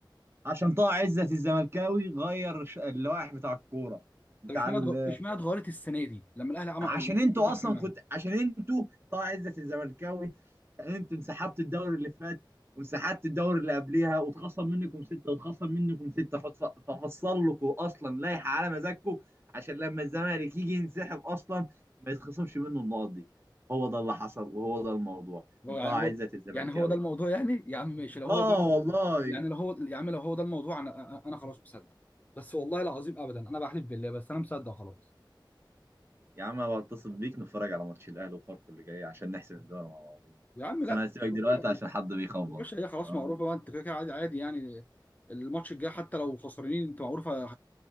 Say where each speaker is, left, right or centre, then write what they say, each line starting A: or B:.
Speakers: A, on the right; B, on the left.
A: عشان طه عزت الزملكاوي غير ش- اللوائح بتاع الكوره بتاع
B: طب اشمعنى
A: ال-
B: اتغ- اشمعنى اتغيرت السنه دي لما الاهلي عمل
A: عشان انتوا
B: الوقت
A: اصلا
B: معايا
A: كنت عشان انتوا طبعا عزة الزملكاوي يعني انتوا انسحبت الدوري اللي فات وانسحبت الدوري اللي قبليها واتخصم منكم ستة واتخصم منكم ستة فص- ففصل لكم اصلا لائحة على مزاجكم عشان لما الزمالك يجي ينسحب اصلا ما يتخصمش منه النقط دي هو ده اللي حصل وهو ده الموضوع
B: هو
A: من طه
B: يعني
A: عزة
B: هو
A: الزملكاوي
B: يعني هو ده الموضوع يعني يا عم ماشي لو هو
A: اه
B: ده
A: والله
B: يعني لو هو يا عم لو هو ده الموضوع انا انا أنا خلاص مصدق بس والله العظيم ابدا انا بحلف بالله بس انا مصدق خلاص
A: يا عم أنا بتصل بيك نتفرج على ماتش الاهلي وفاركو اللي جاي عشان نحسب الدوري مع بعضينا
B: يا عم
A: بس
B: لا
A: انا هسيبك دلوقتي
B: يعني
A: عشان حد بيخبط
B: الباشا هي خلاص
A: تمام.
B: معروفه بقى انت كده كده عادي عادي يعني الماتش الجاي حتى لو خسرانين انت معروفه